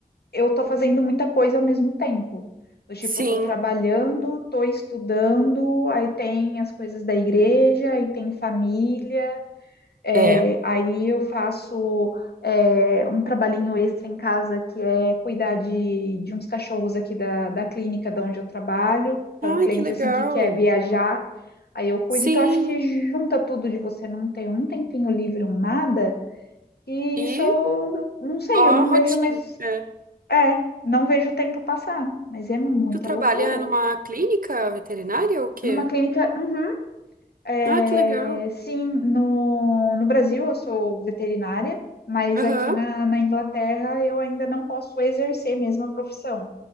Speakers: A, on the left; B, on the right.
A: eu estou fazendo muita coisa ao mesmo tempo. Do tipo,
B: Sim,
A: estou trabalhando, estou estudando, aí tem as coisas da igreja, aí tem família. É,
B: é.
A: aí eu faço é, um trabalhinho extra em casa que é cuidar de, de uns cachorros aqui da, da clínica de onde eu trabalho. Então,
B: Ai,
A: o cliente
B: que legal.
A: assim que quer viajar, aí eu cuido.
B: Sim,
A: Então, acho que junta tudo de você não ter um tempinho livre, um nada, e
B: e
A: isso eu não sei,
B: só
A: eu não
B: rotina.
A: vejo, mas
B: É.
A: é, não vejo o tempo passar, mas é muita
B: Tu trabalha
A: loucura.
B: numa clínica veterinária ou o quê?
A: Numa clínica, uhum, É,
B: Ah, que legal.
A: sim, no, no Brasil eu sou veterinária, mas
B: Aham.
A: aqui na, na Inglaterra eu ainda não posso exercer mesmo a profissão.